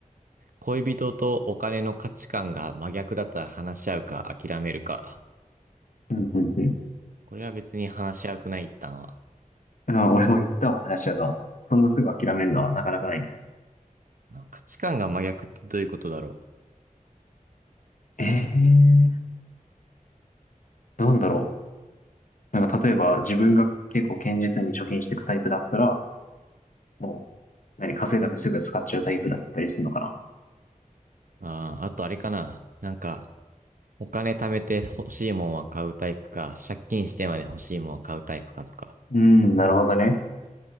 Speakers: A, on the right; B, on the left.
A: 恋人とお金の価値観が真逆だったら話し合うか諦めるか。
B: うんうんう
A: これは別に話し合うくない、一旦は。
B: ん。あ、俺も言ったわ、話し合うと。そんなすぐ諦めるのはなかなかないな。
A: あ価値観が真逆ってどういうことだろ
B: ええー、なんだろう。なんか例えば自分が結構堅実に貯金していくタイプだったら、もう、何、稼いだ分すぐ使っちゃうタイプだったりするのかな。
A: う。ああ、あとあれかな。なんか、お金貯めて欲しいもんは買うタイプか、借金してまで欲しいもんは買うタイプかとか。
B: うん、なるほどね。